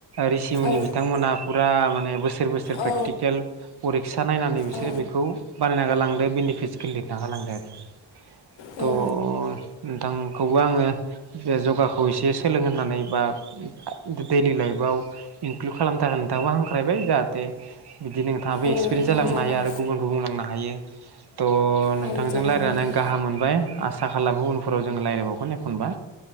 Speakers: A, on the right; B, on the left.
A: रिसिमुनि
B: औ
A: बिथांमोनहा फुरा माने बोसोर बोसोर सोर प्रेक्टिकेल
B: औ
A: अरिक्सा नायनानै बिसोरो
B: औ
A: बेखौ बानायना ग लांदो बेनिफिट्सखौ लिरना गालांदों आरोखि <unintelligible> <inaudible>
B: औ
A: थ' नोंथांखौबो आङो बे यगाखौ एसे सोलोंहनानै बा दैलि लाइफआव इनक्लुड खालामनो थाखाय नोंथाखौ हांख्रायबाय जाहाथे बिदि नोंथाङाबो
B: औ
A: एक्सपिरियेन्स
B: नोंथां
A: जालांनो
B: जागोन
A: हायो आरो गुबुनखौ बुंलांनो हायो तह नोंथांजों
B: औ जागोन
A: रायनानै
B: नोंथां।
A: गाहा मोनबाय आसा खालामो उनफोराव जों रायज्लायबावगोन एखनबा